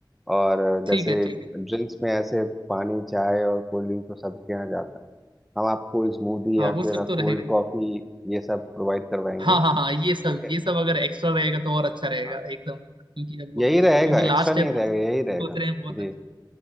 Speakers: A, in the centre; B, on the right.
A: और
B: ठीक
A: जैसे
B: है ठीक है
A: ड्रिंक्स में ऐसे पानी चाय और कोल्ड ड्रिंक तो सबके यहाँ जाता है हम आपको स्मूदी
B: हाँ
A: या
B: वो
A: फिर
B: सब तो रहेगा
A: कोल्ड
B: ही
A: कॉफी ये सब प्रोवाइड करवाएंगे
B: हाँ हाँ हाँ ये
A: ठीक
B: सब
A: है
B: ये सब अगर एक्स्ट्रा रहेगा तो और अच्छा रहेगा
A: हाँ
B: एकदम क्योंकि अब
A: यही रहेगा
B: क्योंकि लास्ट
A: एक्स्ट्रा नहीं
B: है तो
A: रहेगा
B: सोच
A: यही रहेगा
B: रहे हैं बहुत
A: जी
B: अच्छा